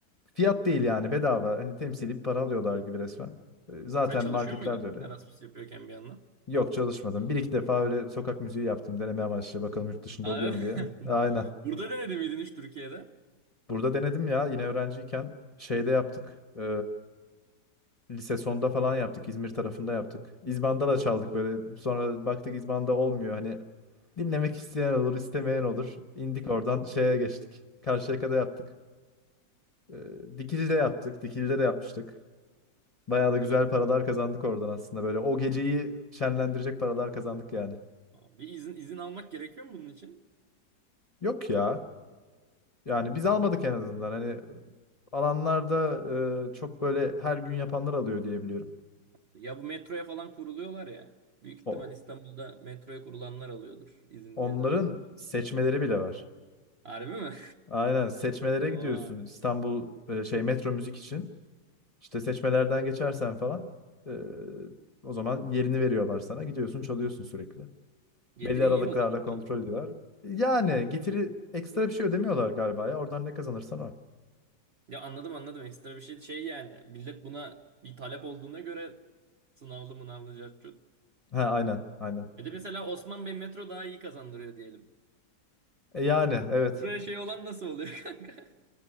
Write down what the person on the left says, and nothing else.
Fiyat değil yani bedava. Hani temsili bir para alıyorlar gibi resmen. E, Zaten
marketler
de öyle.
Yok çalışmadım. Bir iki defa öyle sokak müziği yaptım deneme amaçlı. Bakalım yurt dışında
oluyor mu diye. Aynen.
Burada denedim ya yine öğrenciyken şeyde yaptık. E, lise sonda falan yaptık. İzmir tarafında yaptık. İzbanda da çaldık böyle. Sonra baktık İzbanda olmuyor. Hani dinlemek isteyen olur, istemeyen olur. İndik oradan şeye geçtik. Karşıyaka'da yaptık. E, Dikili'de yaptık. Dikili'de de yapmıştık. Bayağı da güzel paralar kazandık oradan aslında böyle. O geceyi şenlendirecek paralar kazandık yani.
Yok ya. Yani biz almadık en azından. Hani alanlarda e, çok böyle her gün yapanlar alıyor diye biliyorum.
O,
onların
seçmeleri bile var.
Aynen seçmelere
gidiyorsun
İstanbul e, şey Metro Müzik için. İşte seçmelerden geçersen falan e, o zaman yerini veriyorlar sana. Gidiyorsun çalıyorsun sürekli.
Belli aralıklarla
kontrol
ediyorlar. Yani getiri ekstra bir şey ödemiyorlar galiba ya. Oradan ne kazanırsan o.
Ha, aynen, aynen.
E, yani evet.